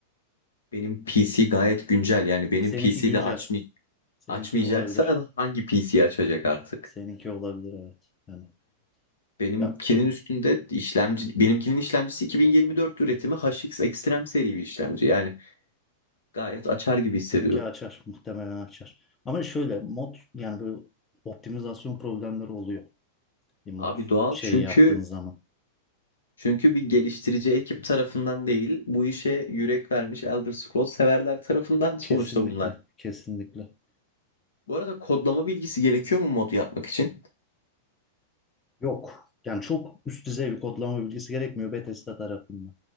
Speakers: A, on the left (about 65°); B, on the left (about 15°).
A: benim PC gayet güncel. Yani benim
B: Seninki
A: PC'de
B: güncel.
A: açmayacağım
B: Seninki
A: Açmayacaksa
B: olabilir.
A: hangi PC'yi açacak artık?
B: Seninki olabilir evet. Yani
A: Benimkinin
B: ya
A: üstünde işlemci, benimkinin işlemcisi 2024 üretimi HX Extreme seri bir işlemci. Yani gayet açar gibi hissediyorum.
B: Seninki açar. Muhtemelen açar. Ama şöyle mod yani böyle optimizasyon problemleri oluyor. Bir mod
A: Abi doğal
B: şeyi
A: çünkü
B: yaptığın zaman.
A: çünkü bir geliştirici ekip tarafından değil, bu işe yürek vermiş Elder Scrolls severler tarafından sonuçta
B: Kesinlikle.
A: bunlar.
B: Kesinlikle.
A: Bu arada kodlama bilgisi gerekiyor mu mod yapmak için?
B: Yok. Yani çok üst düzey bir kodlama bilgisi gerekmiyor Bethesda tarafından.